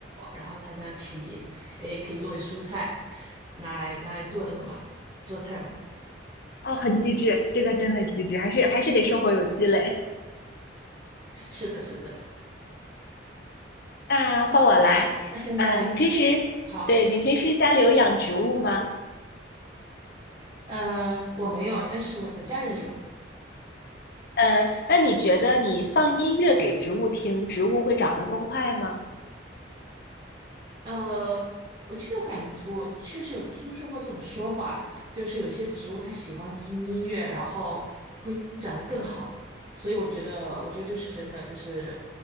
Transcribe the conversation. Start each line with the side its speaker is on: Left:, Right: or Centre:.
Right: 然后它的皮，诶，可以作为蔬菜，拿来拿来做那个嘛，做菜嘛。
Left: 哦，很机智，这个真的很机智，还是还是得生活有积累。
Right: 是的，是的。
Left: 那换我来，
Right: 那现在
Left: 呃，你平时，
Right: 好，
Left: 对，你平时家里有养植物吗？
Right: 呃，我没有诶，但是我的家人有。
Left: 呃，那你觉得你放音乐给植物听，植物会长得更快吗？
Right: 呃，我其实我感我确实有听说过这种说法，就是有些植物它喜欢听音乐，然后会长得更好。所以我觉得，我觉得这是真的，就是